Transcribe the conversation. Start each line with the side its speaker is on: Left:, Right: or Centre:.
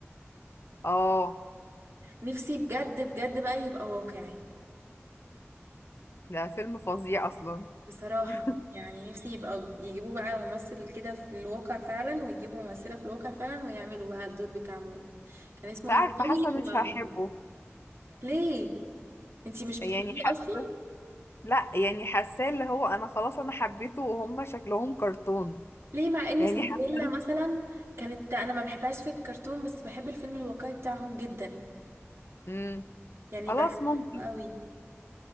Left: اه
Right: نفسي بجد بجد بقى يبقى واقعي
Left: ده فيلم فظيع اصلا
Right: بصراحة
Left: <laughs>
Right: يعني نفسي يبقى يجيبوه بقى ممثل كده في الواقع فعلا ويجيبوا ممثلة في الواقع فعلا ويعملوا بقى الدور بتاع مو كان اسمه
Left: مش
Right: يمثلي
Left: عارفه حاسه مش
Right: ومو
Left: هحبه
Right: ليه؟ انتي مش بتحبيه
Left: يعني حاسه
Right: اصلا؟
Left: لا يعني حاساه اللي هو انا خلاص انا حبيته وهم شكلهم كرتون
Right: ليه مع ان
Left: يعني
Right: سندريلا
Left: حاسه
Right: مثلا كانت انا ما بحبهاش في الكرتون بس بحب الفيلم الواقعي بتاعهم جدا
Left: امم
Right: يعني
Left: خلاص
Right: بحبه
Left: ممكن
Right: قوي